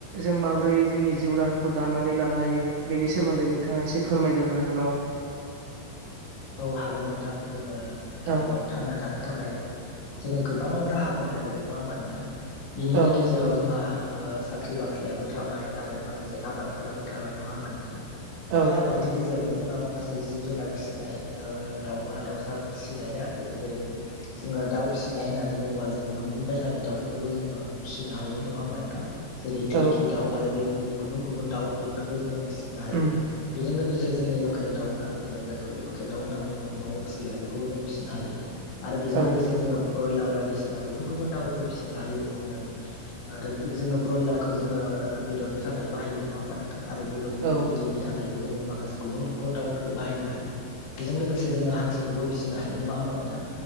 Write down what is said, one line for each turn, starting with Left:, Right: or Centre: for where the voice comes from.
Right: जों माबोरै जोंनि जिउ राहाखौ दानानै लानो हायो बेनि सोमोन्दैोंथाङा एसे एसे फोरमायग्रोनो हागोन नामा?
Left: औ हागोन नोंथां। जोङो आथिखालाव
Right: औ
Left: थांना थानो थाखाय जोङो गोबां राहाफोर नागिरो नङा होमबा नोंथां। बिनिनो
Right: औ
Left: गेजेराव जोंहा। ओ साख्रि बाख्रियाबो थाबाय आरो माखासे आबादफोराबो थाबाय नङा होमबा नोंथां।
Right: औ
Left: बे आबादनि गेजेरावनो जोंहा माखासे जिब जुनार फिसिनाय ओ दावमा दाउसा फिसिनाय ना जोङो जेरै जोङो दाउ फिसिनाय होननानै बुङोबा जोङो गुबुन बायहेरानि दाउफोरखौबो जोङो फिसिनो हायो नङा होमबा नोंथां। जेरै थुरकि
Right: औ
Left: दाउ आरो बेबायदिनो गुबुन गुबुन दाउ बेफोरखौ जोङो फिसिनो हायो
Right: उम
Left: बेजों लोगोस सोर जोंनि लकेल दाउ ना जोङो जायखौ लकेल दाउ होनना बुङो न'आव फिसिग्रा बेखौबो जों फिसिनो हायो। आरो बेजों
Right: औ
Left: लोगोसे जोङो ब्रयलार बायदि सिना गुबुन गुबुन दावफोरखो फिसिनो हायो जोङो आरो बो जोंनो ब्रयलारखौ जोङो ओ बेदरनि नि थाखाय बाहायो नङा होमबा नोंथां। आरो बेबादिनो
Right: औ
Left: बिदैनि थाखायबो जोङो माखासे गुबुन गुबुन दाउफोरखौ बाहायनो हायो। बेजों लोगोसे जोङो हांसोखौबो फिसिनो हायो नङा होमबा नोंथां